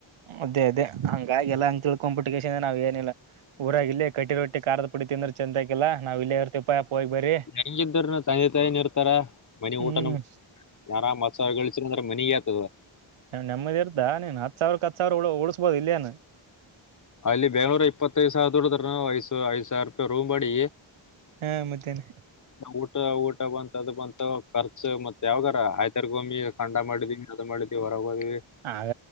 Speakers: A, on the right (about 80°); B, on the left (about 40°).
A: ಅದೇ ಅದೇ ಹಂಗಾಗಿಲ್ಲ ಹಂಗ ತಿಳ್ಕೊ್ ಬಿಟ್ಟು. ನಾವು ಏನಿಲ್ಲ ಊರಾಗಿ ಇಲ್ಲಿ ಕಟ್ಟಿ ರೊಟ್ಟಿ ಖದ ಪುಡಿ ತಿಂದ್ರ. ಚಂದ ಆಕಿಲ್ಲಾ ನಾವವು ಇಲ್ಲೇ ಇರ್ತಿ ಪ ಅಪ್ಪ ಹೋಗಿ ಬರರಿ.
B: ತಂಗಿದ್ದ ತಂದೆ ತಾಯ ಇರ್ತಾರ ಮನಿ
A: ಹ್ಮ್
B: ಊಟ ಯಾರಾಮ ಮತ್ಸ ಗಳ ಮನಯತ
A: ನೆಮ್ಮದಿರ್ದಾ ನೀನ್ ಹತ್ ಸಾವಿರಕ್ಕೆ ಹತ್ ಸಾವಿರ ಉಳಸ್ಬಹುದು ಇಲ್ಲಯನು.
B: ಅಲ್ಲಿ ಬೆಂಗಳೂರ ಇಪ್ಪತ್ತೈದು ಸಾವಿರ ದೋಡದ್ರ ಐ್ ಐದ್ ಸಾವಿರ ರೂಪಾಯಿ ರೂಮ್ ಮಾಡಿ.
A: ಹಾ ಮತ್ತೇನೆ
B: ಊ <inaudible> ಊ- ಊಟ ಬಂತ ಅದು ಬಂತ ಖರ್ಚು ಮತ್ತತ್ ಯಾವಾಗಾರ ಆಯ್ತಾರ್ ಗೊಮ್ಮಿ ಖಂಡ ಮಾಡಿದೀನಿ ಅದು ಮಾಡಿದೀವಿ. ಹೊರಗ್ ಹೋದ್ವಿ
A: ಆಗ